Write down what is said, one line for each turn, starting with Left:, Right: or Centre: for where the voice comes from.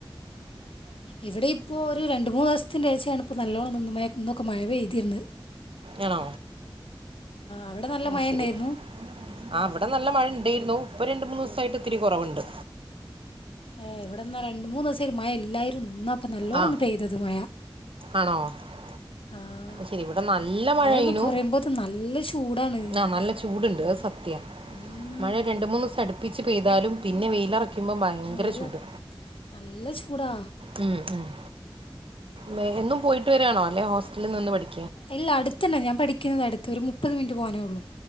Left: ഇവിടെ ഇപ്പോൾ ഒരു രണ്ട് മൂന്ന് ദിവസത്തിന്റെ ശേഷാണ് ഇപ്പോ നല്ലോണ്ണം മഴ പെയ്തിരുന്നു
Right: ആണോ
Left: അവിടെ നല്ല
Right: മം
Left: മഴ
Right: ശരി
Left: തന്നെയായിരുന്നു
Right: ആ ഇവിടെ നല്ല മഴയുണ്ട് ഇണ്ടായിരുന്നു ഇപ്പ രണ്ട് മൂന്ന് ദിവസായിട്ട് ഒത്തിരി കുറവുണ്ട്
Left: ഏഹ് ഇവിടെന്നാ രണ്ട് മൂന്ന് ദിവസായിട്ട് മഴ ഇല്ലായിരുന്നു ഇന്ന ഇപ്പൊ നല്ലോണം
Right: ആ
Left: ഒന്ന് പെയ്തത് മഴ
Right: ആണോ ആ,
Left: ആഹ്
Right: ശരി ഇവിടെ നല്ല മഴ പെയ്യണു
Left: ഒന്ന് കുറയുമ്പോത്തിന് നല്ല ചൂടാണ്
Right: ആ നല്ല ചൂടുണ്ട് സത്യം
Left: ഉം
Right: മഴ രണ്ടു മൂന്ന് ദിവസം എടുത്ത് അടുപ്പിച്ച് പെയ്താലും പിന്നെ വെയിലുറക്കുമ്പോൾ ഭയങ്കര
Left: വെയിലറക്ക
Right: ചൂട്
Left: നല്ല ചൂടാ
Right: മം മം എന്നും പോയിട്ട് വരിയാണോ അല്ലേൽ ഹോസ്റ്റലിൽ നിന്ന് പഠിക്ക
Left: ഇല്ല അടുത്ത് തന്നെ ഞാൻ പഠിക്കുന്നുന്നത് അടുത്ത് ഒരു മുപ്പത് മിനിറ്റ് പോകാനെ ഉള്ളൂ